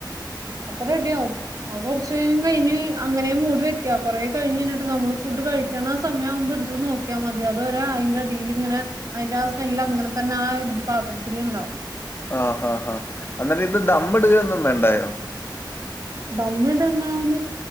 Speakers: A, on the right (about 45°); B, on the left (about 30°).
A: അപ്പൊ റെഡ്യാവും. അവു കൊറചേരം കഴിഞ് അങ്ങനെ മൂടി വെക്കാം കൊറെ കഴിഞഴിഞ്ഞിട്ട് നമ്മള് ഫുഡ് കഴി സമയം ആവുമ്പോ എടുത്ത് നോക്കിയാ മതി അതോരോ അതിന്റെ അടിയിൽ ഇങ്ങനെ അതിന്റെ ആ സ്മെല്ല് അങ്ങനെ തന്നെ ആ പാത്രത്തിൽ ഉണ്ടാവണം
B: ആ ഹാ ഹാ എന്നിട്ട് ഇത് ദമ്മിടുകൊന്നും വേണ്ടായോ
A: ദമ്മിടണാന്ന്